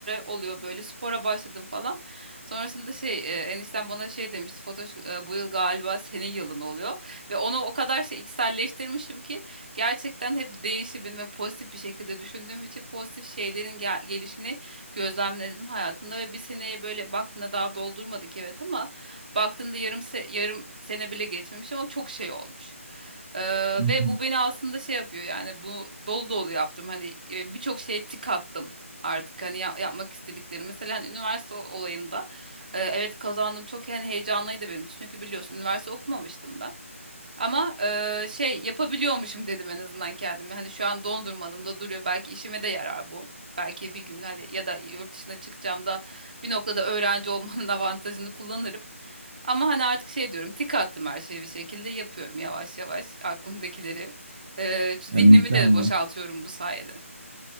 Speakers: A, on the right; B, on the right.
A: oluyor böyle spora başladım falan. Sonrasında şey e, enişten bana şey demişti. Fotoş e, bu yıl galiba senin yılın oluyor. Ve onu o kadar şey içselleştirmişim ki gerçekten hep değişimin ve pozitif bir şekilde düşündüğüm için pozitif şeylerin gel- gelişini gözlemledim hayatımda ve bir seneye böyle baktığında daha doldurmadık evet ama baktığında yarım se- yarım sene bile geçmemiş ama çok şey olmuş. Ee,
B: <laughs>
A: ve bu beni aslında şey yapıyor yani bu dolu dolu yaptım hani e, birçok şeye tik attım artık hani ya- yapmak istediklerim. Mesela hani üniversite olayında e, evet kazandım çok yani heyecanlıydı benim için çünkü biliyorsun üniversite okumamıştım ben. Ama eee, şey yapabiliyormuşum dedim en azından kendime. Hani şu an dondurmadım da duruyor. Belki işime de yarar bu. Belki bir gün hani ya da yurt dışına çıkacağım da bir noktada öğrenci olmanın <laughs> avantajını kullanırım. Ama hani artık şey diyorum tik attım her şeyi bir şekilde yapıyorum yavaş yavaş aklımdakileri. Eee, zihnimi
B: ya mükemmel.
A: de boşaltıyorum bu sayede.